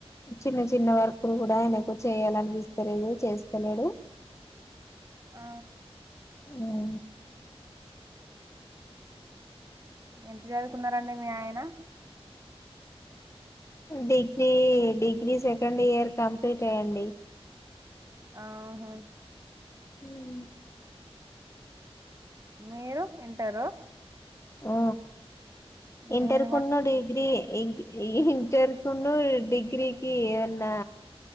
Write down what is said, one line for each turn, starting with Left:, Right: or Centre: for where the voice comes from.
Left: చిన్న చిన్న వర్క్లు కూడ ఆయనకు చేయాలనిపిస్తలేదు చేస్తలేడు
Right: ఆ
Left: హ్మ్
Right: ఎంత చదువుకున్నారండి మీ ఆయన
Left: degree degree second year complete అండి
Right: ఆహా
Left: హ్
Right: మీరు ఇంటరు.
Left: ఆ ఇంటర్
Right: నేను
Left: కున్ను
Right: కూడా
Left: డిగ్రీ ఏంది ఇంటర్ కున్ను డిగ్రీకి ఏమన్నా